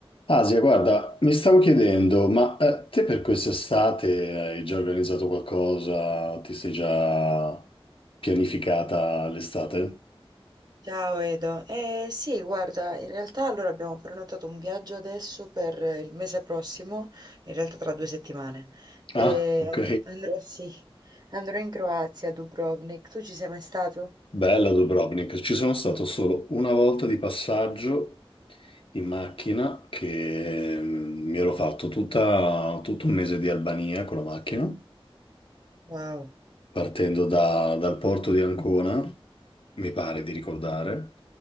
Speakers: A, on the left; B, on the right.
A: Asia, guarda, mi stavo chiedendo, ma eh, te per quest'estate hai già organizzato qualcosa? Ti sei già pianificata l'estate?
B: Ciao Edo, eh sì, guarda, in realtà allora abbiamo prenotato un viaggio adesso per eh, il mese prossimo, in realtà tra due settimane. E
A: Ah, ok.
B: andrò, sì, andrò in Croazia, a Dubrovnik. Tu ci sei mai stato?
A: Bella Dubrovnik. Ci sono stato solo una volta di passaggio in macchina che mm, mi ero fatto tutta- tutto un mese di Albania con la macchina,
B: Wow,
A: partendo da- dal porto di Ancona. mi pare di ricordare.